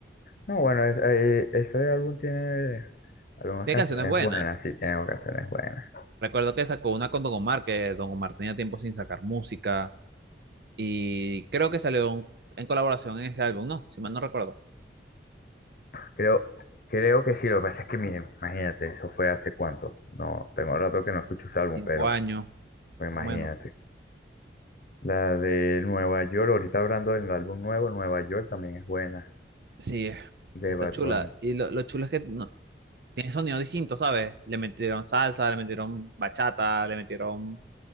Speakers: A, on the left (about 50°); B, on the right (about 60°).
A: No, bueno, es- eh, ese álbum tiene algunas
B: Tiene
A: canciones
B: canciones buenas.
A: buenas, sí, tiene canciones buenas.
B: Recuerdo que sacó una con Don Omar, que Don Omar tenía tiempo sin sacar música. Y creo que salió un- en colaboración en ese álbum, ¿no? Si mal no recuerdo.
A: Creo, creo que sí, lo que pasa es que, miren, imagínate, eso fue hace cuánto, no, tengo rato que no escucho ese álbum,
B: Cinco
A: pero...
B: años,
A: Pues
B: más
A: imagínate.
B: o menos.
A: La de Nueva York, ahorita hablando del álbum nuevo, Nueva York también es buena,
B: Sí,
A: de
B: está
A: Bad
B: chula.
A: Bunny.
B: Y lo, lo chulo es que no, tiene sonidos distintos, ¿sabes? Le metieron salsa, le metieron bachata, le metieron,